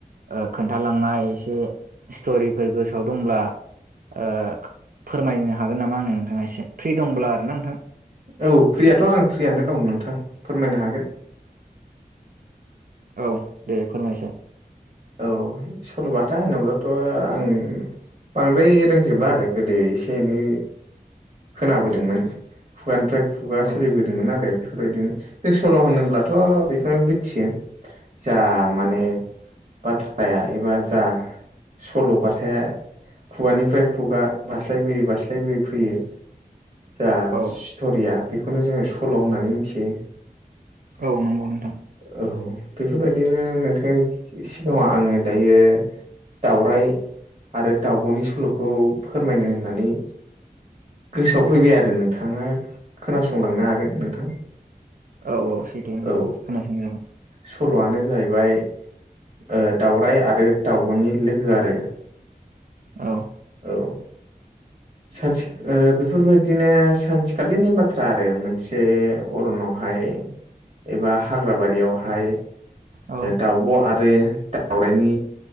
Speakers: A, on the right (about 65°); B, on the right (about 45°).
A: ओ खोनथालांनाय एसे स्ट'रिफोर
B: ओ
A: गोसोआव दंब्ला ओ फोरमायनो हागोन नामा आंनो नोंथांआ एसे फ्रि दंब्ला आरो ना नोंथां
B: औ फ्रियाथ' आं फ्रिआनो दं नोंथां फोरमायनो हागोन
A: औ दे फोरमायसाय
B: औ सल'बाथा होनोब्लाथ' आंङो बांद्राय रोंजोबला आरो गोदो एसे एनै खोनाबोदोंमोन खुगा निफ्राय खुगा
A: औ
B: सोलिबोदो दोंमोन आरो बेफोरबादिनो सल' होनोब्लाथ' बेखौनो मिथियो जा माने बाथ्राया एबा जा सल'बथाया खुगानिफ्राय खुगा बास्लायबोयै बास्लायबोयै फैयो जा
A: औ
B: स्ट'रिया बेखौनो जोङो सल' होननानै मिथियो
A: औ नंगौ नोंथां
B: औ बेफोरबायदिनो नोंथांनि सिगाङाव आङो दायो दाउराइ आरो दाउब'नि सल'खौ फोरमायनो होननानै गोसोआव फैबाय आरो नोंथाङा खोनासंलांनो हागोन नोंथां
A: औ-औ <unintelligible>
B: औ
A: खोनासंजागोन
B: सल'आनो जाहैबाय ओ दाउराइ आरो दाउब'नि लोगो आरो
A: औ
B: औ सानस बेफोरबायदि -नो सानसेखालिनि बाथ्रा आरो मोनसे अरनावहाय एबा हाग्राबारियावहाय
A: औ
B: दाउब' आरो दावराइनि